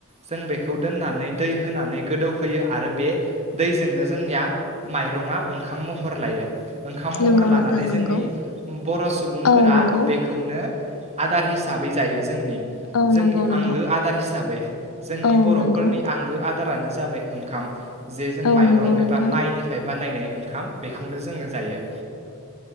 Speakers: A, on the right; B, on the left.
A: जों बेखौ दोननानै दै होनानै गोदौहोयो आरो बे दैजोंनो जोंनिया माइरङा ओंखाम महर लायो ओंखाम महर
B: नंगौ
A: लानानै
B: नोंथां नंगौ
A: जोंनि बर' सुबुंफोरा
B: औ नंगौ
A: बेखौनो आदार हिसाबै जायो जोंनि
B: औ
A: जोंनि
B: नंगौ नंगौ
A: आंगो आदार हिसाबै जोंनि
B: औ
A: बर'फोरनि
B: नंगौ
A: आंगो आद दारानो जाबाय ओंखाम जे जों
B: औ
A: माइरं
B: नंगौ नोंथां
A: एबा माइनिफायब बानायनाय ओंखाम बेखौनो जोङो जायो।